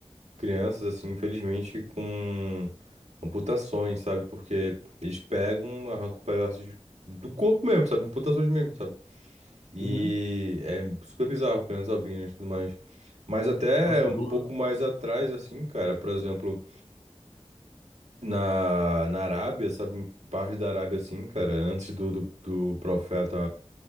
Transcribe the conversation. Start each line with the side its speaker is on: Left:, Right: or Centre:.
Right: crianças, assim, infelizmente, com amputações, sabe? Porque eles pegam, arrancam pedaços de- do corpo mesmo, sabe? Amputações mesmo, sabe? E
Left: Uhum.
Right: é super bizarro, crianças albinas e tudo mais. Mas até
Left: Nossa, cabuloso.
Right: um pouco mais atrás, assim, cara, por exemplo, na, na Arábia, sabe? Em parte da Arábia, assim, cara, antes do, do do profeta.